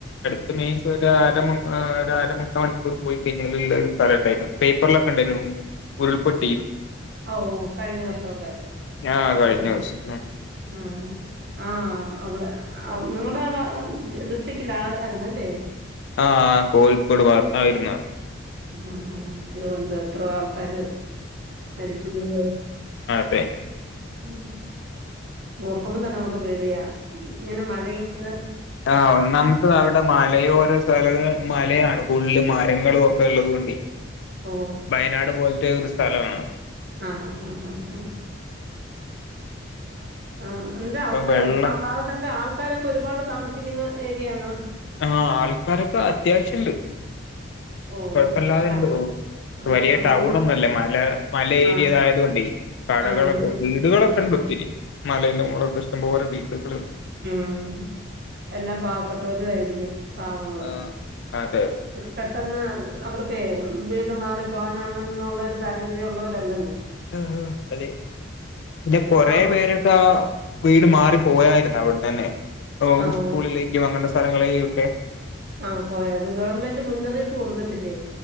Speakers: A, on the left; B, on the right.
A: <unintelligible> അര ഒരര മുക്കാ മണിക്കൂർ പോയി കഴിഞ്ഞാൽള്ള ഒരു സ്ഥലം ണ്ടായിരുന്നു, പേപ്പറിലൊക്കെ ണ്ടായിരുന്നു ഉരുൾപൊട്ടി
B: ഓ കഴിഞ്ഞ വർഷമൊക്കെ.
A: ആഹ് കഴിഞ്ഞ
B: ആ,
A: വർഷം
B: ആ. ആ അവിടെ. നിങ്ങളുടെ ആ ഡിസ്ട്രിക്റ്റില ആ ആരുന്നല്ലേ?
A: ആ കോഴിക്കോട് ഭാഗത്തായിരുന്ന്.
B: ആ ഹാ അയ്യോന്തോ എത്ര ആൾക്കാര് മരിച്ചിരുന്ന
A: പേ
B: ഉം. ഓർക്കുമ്പോ തന്നെ നമുക്ക് പേടിയാ, ഇങ്ങനെ മഴയും ങ്ങനെ
A: ആഹ് ഒന്നാമത്തെ അവിടെ മലയോര സ്ഥല, മലയാണ് കൂടുതല് മരങ്ങ ങ്ങളും ഒക്കെ ഉള്ളതുകൊണ്ടെ
B: ഓ
A: വയനാട് പോലത്തെ ഒരു സ്ഥലമാണ്.
B: ആ ഹാ ഹാ ഹാ ഹാ ആ എന്നിട്ട
A: അപ്പം
B: വിടെ,
A: വെള്ളം
B: ആ ഭാഗത്തൊക്കെ ആൾക്കാരൊക്കെ ഒരുപാട് താമസിക്കുന്ന ഏരിയാണോ?
A: ആ ആൾക്കാരൊക്കെ അത്യാവശ്യണ്ട്,
B: ഓ
A: കൊഴപ്പല്ലാതെണ്ട്‌
B: ആ
A: തോ
B: ആ,
A: വലിയ
B: അവരൊന്നും
A: ടൗൺ ഒന്നൊല്ല. മല മല ഏരിയതായത്
B: ആ
A: കൊണ്ടേ കടകളൊക്കെ,
B: ആ വലിയ
A: വീടുകളൊക്കെ-
B: ആ
A: ണ്ട്. ത്തിരി. മലേന്റെ മുകളൊക്കെ ഇഷ്ടം പോലെ വീടുകള്
B: ഉം എല്ലാം പാവപ്പെട്ടവരു ആയിരിക്കും. പാവങ്ങള്,
A: ആഹ് അതെ
B: പെട്ടെന്ന് അവർക്കെ വീട് മാറിപ്പോകാനോ അങ്ങനൊന്നും ഉള്ള ഒരു സാഹചര്യം ഉള്ളവരല്ലല്ല.
A: ആ ആ അതെ, പിന്നെ കൊറെ
B: താമ
A: പേരൊക്കെ ആ വീട് മാറി പോയായിരുന്ന് അവിട്ന്നന്നെ. ഇപ്പൊ
B: ആ
A: സ്കൂളിലേക്കും
B: ഓ
A: അങ്ങനെള്ള സ്ഥലങ്ങളിലേക്കൊക്കെ
B: ആ പോയത്, ഗവൺമെന്റ് മുന്നറിയിപ്പ് കൊടുക്കത്തില്ലേ